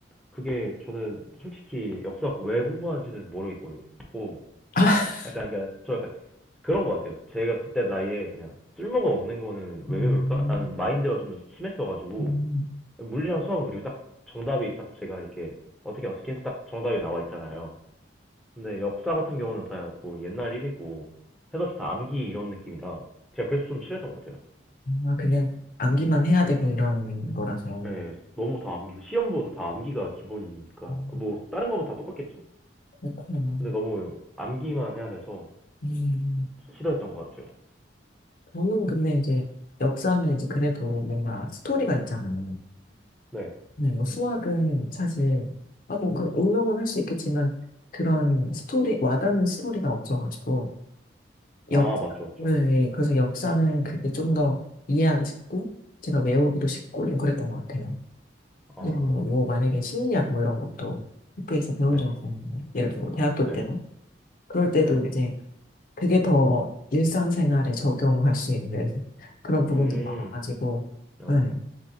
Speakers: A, in the centre; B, on the left.
A: 그게 저는 솔직히 역사학 왜 공부하는지는 모르겠고
B: <laughs>
A: 약간 그러니까 저 약간 그런 것 같아요. 제가 그때 나이에 그냥 쓸모가 없는 거는 왜
B: 음,
A: 배울까? 라는 마인드가 좀 심했어가지고
B: 음,
A: 물리랑 수학은 그리고 딱 정답이 딱 제가 이렇게 어떻게 어떻게 해서 딱 정답이 나와 있잖아요. 근데 역사 같은 경우는 다 뭐 옛날 일이고 해서 다 암기 이런 느낌이라 제가 그래서 좀 싫어했던 것 같아요.
B: 아, 그냥 암기만 해야 되고 이런 거라서
A: 예, 너무 다 암기고 시험 보도 다 암기가 기본이니까
B: 음,
A: 뭐 다른 거보다 다 똑같겠죠.
B: 그렇구나.
A: 근데 너무 암기만 해야 돼서
B: 음,
A: 싫어했던 것 같아요.
B: 저는 근데 이제 역사는 이제 그래도 뭔가 스토리가
A: 네.
B: 있잖아요.
A: 네.
B: 네, 뭐 수학은 사실, 아, 뭐, 그, 응용은 할 수 있겠지만, 그런 스토리, 와닿는 스토리가 없어가지고, 역,
A: 아, 맞죠, 맞죠.
B: 네, 그래서 역사는 그게 좀 더 이해하기 쉽고, 제가 외우기도 쉽고, 좀 그랬던 것 같아요. 그리고
A: 아,
B: 뭐, 뭐 만약에 심리학 뭐 이런 것도 학교에서 배운
A: 네.
B: 적 있었는데, 예를 들어 뭐 대학교
A: 네.
B: 때요. 그럴 때도
A: 네.
B: 이제 그게 더 일상생활에 적용할 수 있는 그런 부분들이
A: 음.
B: 많아가지고,
A: 어.
B: 네.